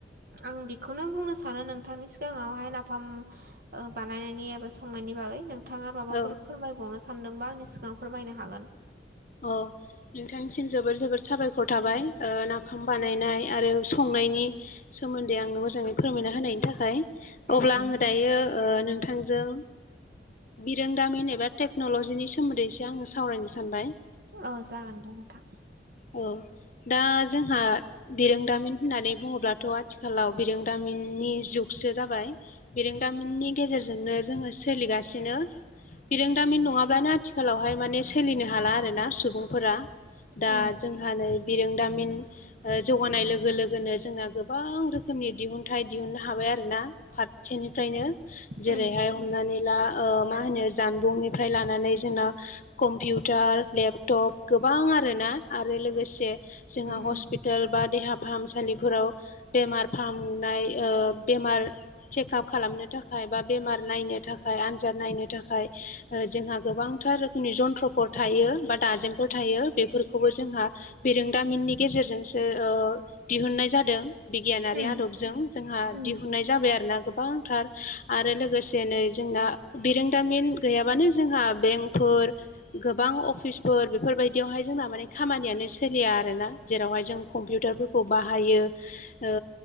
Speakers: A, on the right (about 55°); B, on the left (about 45°).
A: आं बेखौनो बुंनो सानो नोंथांनि सिगाङाव नाफाम ओ बानायनायनि एबा संनायनि बागै नोंथाङा माबाफोर
B: औ औ
A: फोरमायबावनो सान सानदोंबा आंनि सिगाङाव फोरमायनो हागोन।
B: अर। नोंथांनिसिम जोबोर जोबोर साबायखर थाबाय ओ नाफाम बानायनाय आरो संनायनि सोमोन्दै आंनो मोजाङै फोरमायना होनायनि थाखाय।
A: उम
B: अब्ला
A: उम
B: आङो दायो ओ नोंथांजों बिरोंदामिन एबा टेक्न'ल'जिनि सोमोन्दैसो आङो सावरायनो सानबाय।
A: औ जागोन दे नोंथां।
B: औ दा जोंहा बिरोंदामिन होननानै बुङोब्लाथ' आथिखालाव बिरोंदामिननि जुगसो जाबाय। बिरोंदामिननि गेजेरजोंनो जोङो सोलिगासिनो। बिरोंदामिन नङाब्लानो आथिखालावहाय माने सोलिनो हाला आरो ना सुबुंफोरा। दा
A: उम
B: जोंहा नै बिरोंदामिन ओ जौगानाय लोगो लोगोनो जोंना गोबां रोखोमनि दिहुनथाइ दिहुननो हाबाय आरोना। फार सेनिफ्रायनो
A: उम
B: जेरैहाय हमनानै ला ओ मा होनो जानबुंनिफ्राय लानानै जोंना कम्पिउटार लेपटप गोबां आरोना आरो लोगोसे जोंहा
A: उम
B: हस्पि टोल बा देहा फाहामसालिफोराव बेमार फाहामनाय ओ बेमार चेकाप खालामनो थाखाय बा बेमार नायनो थाखाय आन्जाद नायनो थाखाय ओ जोंहा गोबांथार रोखोमनि जन्थ्रफोर थायो बा दाजेमफोर थायो बेफोरखौबो जोंहा बेरोंदामिननि गेजेरजोंसो दिहुननाय जादों। बिगियानारि
A: उम
B: आदबजों जोंहा
A: उम
B: दिहुननाय जाबाय आरोना गोबां थार आरो लोगोसे नै जोंना बिरोंदामिन गैयाबानो जोंहा बेंफोर गोबां अफिस फोर बेफोरबायदियावहाय जोंना माने खामानियानो सोलिया आरोना जेरावहाय जों कम्पिउटारफोर खौ बाहायो ओ